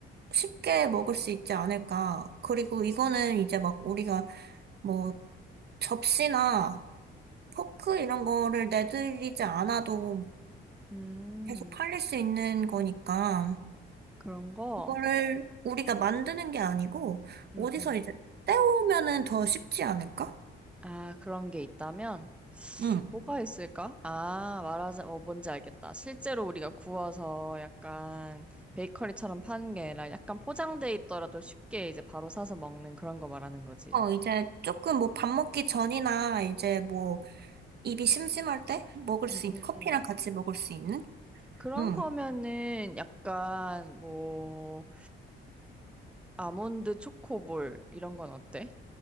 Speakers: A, on the right; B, in the centre.
A: 쉽게 먹을 수 있지 않을까. 그리고 이거는 이제 막 우리가 뭐 접시나 포크 이런 거를 내들이지 않아도
B: 음,
A: 계속 팔릴 수 있는 거니까.
B: 그런 거?
A: 그거를 우리가 만드는 게 아니고
B: 음,
A: 어디서
B: 음.
A: 이제 때우면은 더 쉽지 않을까?
B: 아, 그런 게 있다면
A: 응.
B: 뭐가 있을까? 아, 말하자, 어, 뭔지 알겠다. 실제로 우리가 구워서 약간 베이커리처럼 파는 게 아니라 약간 포장돼 있더라도 쉽게 이제 바로 사서 먹는 그런 거 말하는 거지.
A: 어, 이제 조금 뭐 밥 먹기 전이나 이제 뭐 입이 심심할 때 먹을 수
B: 음,
A: 있는
B: 음,
A: 커피랑
B: 음.
A: 같이 먹을 수 있는?
B: 그런
A: 응.
B: 거면은 약간 뭐 아몬드 초코볼 이런 건 어때?